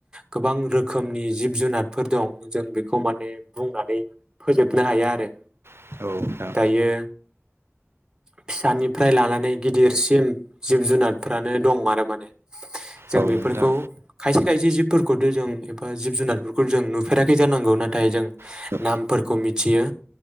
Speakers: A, on the right; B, on the right.
A: गोबां रोखोमनि जिब जुनारफोर दं जों बेखौ माने बुंनानै फोजोबनो हाया आरो
B: नोंथां
A: दायो फिसानिफ्राय लानानै गिदिरसिम जिब जुनारफोरानो दं आरो माने जों
B: औ नोंथां
A: बेफोरखौ खायसे खायसे जिब फोरखौथ' जों एबा जिब जुनारफोरखौ जों नुफेराखै जानांगौ नाथाय जों
B: औ
A: नामफोरखौ मिथियो